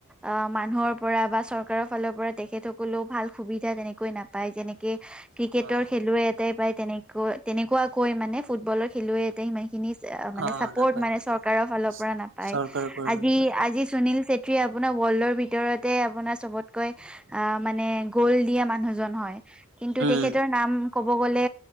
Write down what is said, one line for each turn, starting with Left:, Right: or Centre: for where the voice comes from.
Centre: অ মানুহৰ পৰা বা চৰকাৰৰ ফালৰ পৰা তেখেতসকলেও ভাল সুবিধা তেনেকৈ নাপায় যেনেকে, ক্ৰিকেটৰ
Right: অ',
Centre: খেলুৱে এটাই পায়, তেনেকা তেনেকুৱাকৈ মানে ফুটবলৰ খেলুৱে এটাই সেনেকে চ মানে
Right: অ',
Centre: চাপৰ্ট
Right: নাপায় নাপায়
Centre: চৰকাৰৰ ফালৰ পৰা নাপায়,
Right: চৰকাৰৰ কৰিব
Centre: আজি
Right: নাপায়
Centre: আজি সুনিল ছে আপোনাৰ ৱৰ্ল্ডৰ ভিতৰতে আপোনাৰ চবতকৈ আহ মানে গ'ল দিয়া মানুহজন হয়, কিন্তু
Right: উম,
Centre: তেখেতৰ নাম ক'ব গলে